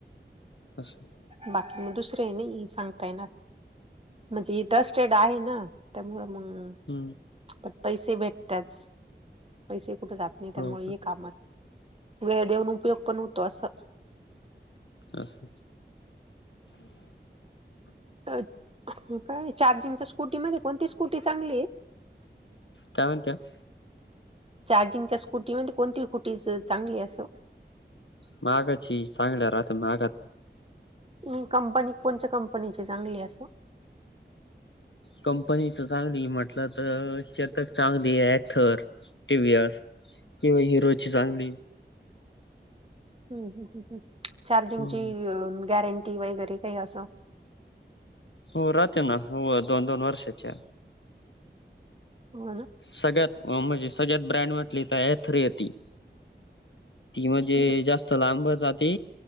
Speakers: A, on the left; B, on the right.
A: अशं
B: बाकी मग दुसरे आहे नाही सांगता येणार म्हणजे इ ट्रस्टेड आहे ना. त्यामुळे मग,
A: हम्म!
B: पण पैसे भेटतच पैसे कुठे जात नाही त्यामुळे
A: हो का
B: हे कामच वेळ देऊन उपयोग पण होतो असं,
A: अस,
B: अ काय चार्जिंगच्या स्कूटीमध्ये कोणती स्कूटी चांगली आहे.
A: काय म्हणत्यास.
B: चार्जिंगच्या स्कूटीमध्ये कोणती कुटी च- चांगली असं.
A: मागाची चांगल्या राहते मागात.
B: म कंपनी कोणत्या कंपनीची चांगली असं.
A: कंपनीच चांगली म्हटलं तर तक चांगली ऍथर, टीवएस‌. किंवा हिरोची चांगली.
B: ह् ह चार्जिंगची
A: हम्म
B: गॅरंटी वगैरे काही असं.
A: हो राहते ना हो दोन दोन वर्षाच्या.
B: हो ना.
A: सगळ्यात म्हणजे सगळ्यात ब्रँड म्हटली तर एथर ती. ती म्हणजे
B: हम्म.
A: जास्त लांब जाते